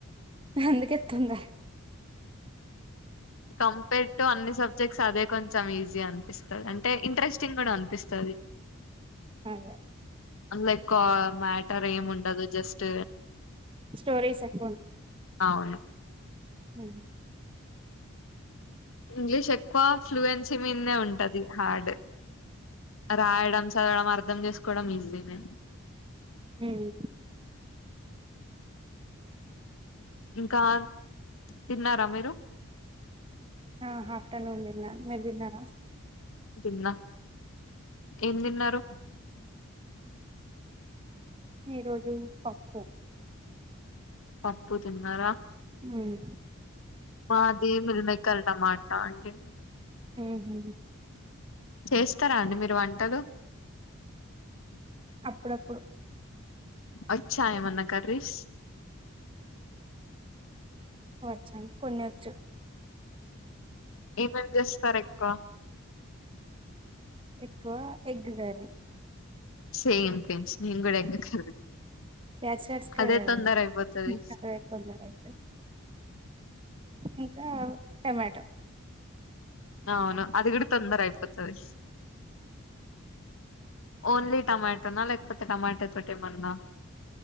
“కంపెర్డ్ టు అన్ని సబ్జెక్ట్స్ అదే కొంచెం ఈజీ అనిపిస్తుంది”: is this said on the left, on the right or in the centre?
Left